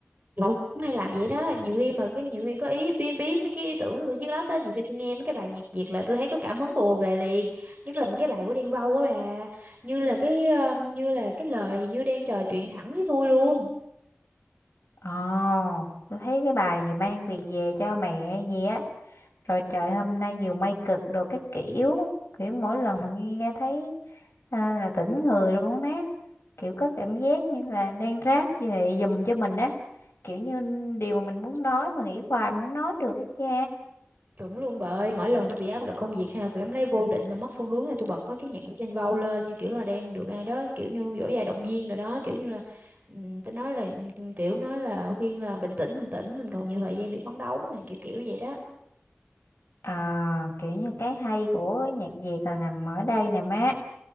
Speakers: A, on the right; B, on the left.
A: Tôi cũng hay làm vậy đó nhiều khi mà cái nhiều khi có ý biến biến mấy cái ý tưởng của tôi chiếc lát á nhiều khi tôi nghe mấy cái bài nhạc Việt là tôi thấy có cảm hứng tôi về liền nhất là mấy cái bài của Đen Vâu á bà như là cái ờ, như là cái lời thì như đang trò chuyện thẳng với tôi luôn
B: Ồ tôi thấy cái bài gì mang tiền về cho mẹ gì á rồi trời hôm nay nhiều mây cực đồ các kiểu kiểu mỗi lần mà nghe thấy à, là tỉnh người luôn á má kiểu có cảm giác như là đang ráp về giùm cho mình á kiểu như điều mà mình muốn nói mà nghĩ hoài mà không nói được á cha
A: chuẩn luôn bà ơi mỗi lần tôi bị áp lực công việc ha tôi cảm thấy vô định là mất phương hướng thì tôi bật mấy cái nhạc của Trên Vâu lên như kiểu là đang được ai đó kiểu như dỗ dài động viên rồi đó kiểu như là ừm, tôi nói là ừm, kiểu nói là khuyên là bình tĩnh bình tĩnh mình còn nhiều thời gian để phấn đấu mà kiểu kiểu vậy đó
B: à, kiểu như cái hay của cái nhạc Việt là nằm ở đây nè má